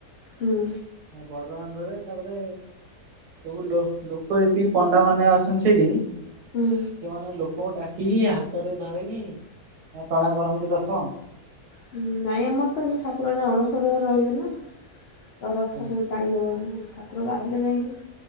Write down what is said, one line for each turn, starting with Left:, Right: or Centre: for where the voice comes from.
Left: ହୁଁ
Right: ବଡ ଦାଣ୍ଡରେ ତାପରେ- - ଫୁଲ, ଲୋକ ଏଠି ପଣ୍ଡାମାନେ ଆସୁଚନ୍ତି ସେଇଠି
Left: ହୁଁ,
Right: ସେମାନେ ଲୋକଙ୍କୁ ଡାକିକି ହାତରେ ଧରାଇକି ଟଣା କରନ୍ତି ରଥ।
Left: ହୁଁ, ନାଇଁ ଆମର ତ ଏମି ଠାକୁରାଣୀ ଅଣସରରେ ରହିବେ ନା ତ ରଥ
Right: ଆଜ୍ଞା
Left: କରୁ ଟାଣି ହବନି, ଠାକୁର ବାହାରିଲେ ଯାଇକି